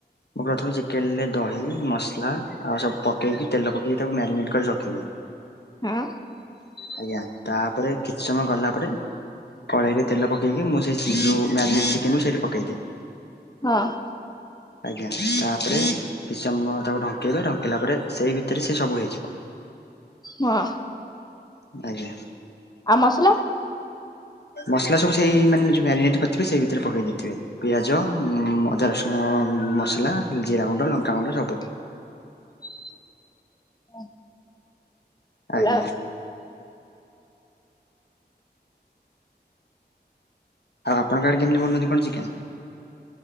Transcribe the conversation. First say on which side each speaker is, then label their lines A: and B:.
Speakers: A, on the left (about 70°); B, on the left (about 25°).
A: ମୁଁ ପ୍ରଥମେ ଚିକେନରେ ଦହି ମସଲା ଆଉ ସବୁ ପକେଇକି ତେଲ ପକେଇକି ତାକୁ ମ୍ୟାରିନେଟ କରି ରଖିଦିଏ।
B: ହଁ।
A: ଆଜ୍ଞା ତାପରେ କିଛି ସମୟ ଗଲା ପରେ କଡେଇ ରେ ତେଲ ପକେଇକି ମୁଁ ସେ ଚି ଯୋଉ ମ୍ୟାରିନେଟ ଚି କେନ୍ କୁ ସେଇଠୀ ପକେଇଦିଏ।
B: ହଁ।
A: ଆଜ୍ଞା ତାପରେ କିଛି ସମୟ ତାକୁ ଢଙ୍କେଇବେ ଢଙ୍କେଇଲା ପରେ ସେଇ ଭିତରେ ସିଏ ସବୁ ହେଇଯିବ।
B: ହଁ।
A: ଆଜ୍ଞା।
B: ଆଉ ମସଲା
A: ମସଲା ସବୁ ସେଇ ମାନେ ଯୋଉ ମ୍ୟାରିନେଟ୍ କରିିଥିବେ ସେଇ ଭିତରେ ପକେଇ ଦେଇଥିବେ ପିଆଜ ଅଦା ରସୁଣ ଅଁ ମସଲା ଜିରା ଗୁଣ୍ଡ ଲଙ୍କା ଗୁଣ୍ଡ ସବୁ
B: <inaudible> ହେଲା
A: ଆଜ୍ଞା। ଆଉ ଆପଣଙ୍କ ଆଡ଼େ କେମିତି ବନାନ୍ତି କଣ ଚିକେନ୍।